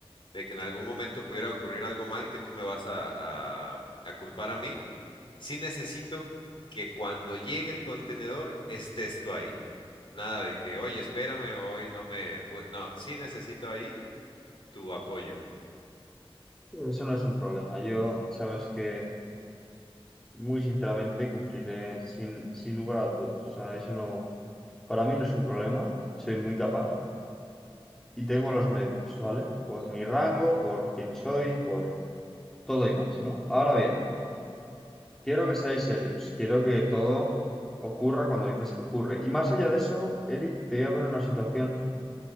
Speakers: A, on the left (about 60°); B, in the centre.
A: de que en algún momento pudiera ocurrir algo mal que tú me vas a, a a culpar a mí, sí necesito que cuando llegue el contenedor estés tú ahí. Nada de que, oye, espérame, hoy no me... pu- No, sí necesito ahí tu apoyo.
B: Eso no es un problema. Yo, sabes que muy sinceramente cumpliré sin, sin lugar a dudas. O sea, eso no, para mí no es un problema, soy muy capaz y tengo los medios, ¿vale? Por mi rango, por quién soy, por todo y más, ¿no? Ahora bien, quiero que seáis serios, quiero que todo ocurra cuando dices que ocurre. Y más allá de eso, Eric, te voy a poner una situación.